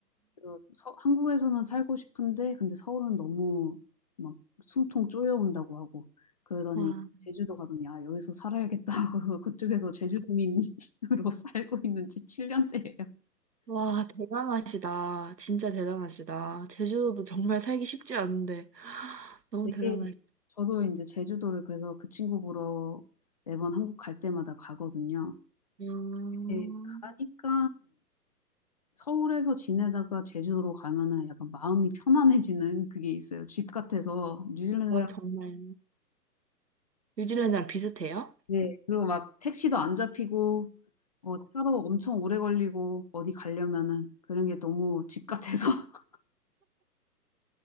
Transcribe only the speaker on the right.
와,
와, 대단하시다. 진짜 대단하시다. 제주도도 정말 살기 쉽지 않은데. <gasps> <sighs> 너무
대단하시다.
음,
와, 정말. 뉴질랜드랑 비슷해요?